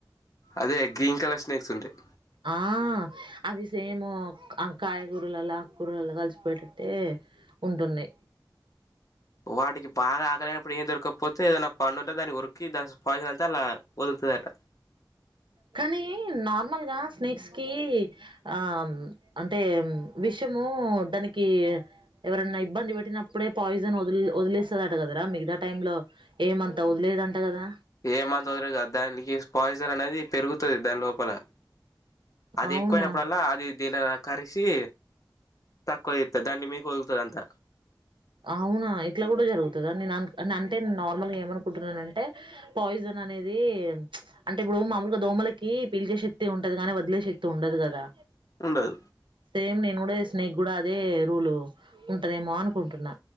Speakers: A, on the left; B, on the right.
A: అదే గ్రీన్ కలర్ స్నేక్స్ ఉంటయ్
B: ఆ అవి సేము అంకాయగూరలలో ఆ కూరలలో కలిసిపోయేటట్టే ఉంటుంది
A: వాటికి బాగా ఆకలినప్పుడు ఏం దొరకపోతే ఏదనా పళ్లు ఉంటే దాన్ని కొరికి దాని పాయిజన్ అంతా అలా వదులుతదట
B: కానీ నార్మల్గా స్నేక్స్ కి ఆ అంటే విషము దానికి ఎవరన్నా ఇబ్బంది పెట్టినప్పుడే పాయిజన్ వ వదిలేస్తదట కదరా మిగతా టైం లో ఏమంతా వదిలేయదంట కదా
A: ఏమని వదర కదా దానికి స్ప పాయిజన్ అనేది పెరుగుతది దాని లోపల అది
B: అవునా?
A: ఎక్కువయినప్పుడల్లా అది దీన కరిసి తకు ఇత దని మీకు ఒదుల్త అంత
B: అవునా ఇట్లా కూడా జరుగుతుదా నేను అంటే నేను నార్మల్గా ఏమనుకుంటున్నానంటే పాయిజన్ అనేది ప్చ్ అంటే ఇప్పుడు మామూలుగా దోమలకి పీల్చే శక్తి ఉంటది కాగాని వదిలే శక్తి ఉండదు కదా
A: ఉండదు
B: సేమ్ నేను కూడా స్నేక్ కూడా అదే రూలు ఉంటదేమో అనుకుంటున్నా